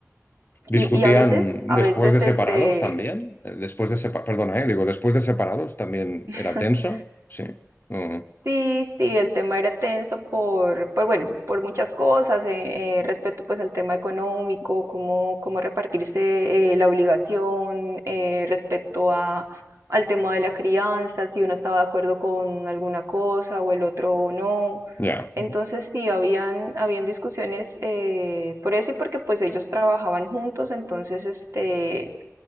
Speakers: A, on the left; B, on the right.
A: Discutían
B: Y, y a veces, a
A: después
B: veces,
A: de separados
B: este,
A: también. Eh, Después de sepa- Perdona, eh, digo, después de separados también
B: <laughs>
A: era tenso. Sí. Mm,
B: sí, sí, el tema era tenso por, por bueno, por muchas cosas, eh, eh, respecto pues al tema económico, cómo, cómo repartirse eh, la obligación, eh, respecto a, al tema de la crianza, si uno estaba de acuerdo con alguna cosa o el otro no.
A: ya,
B: Entonces sí, habían, habían discusiones eh, por eso y porque pues ellos trabajaban juntos, entonces este,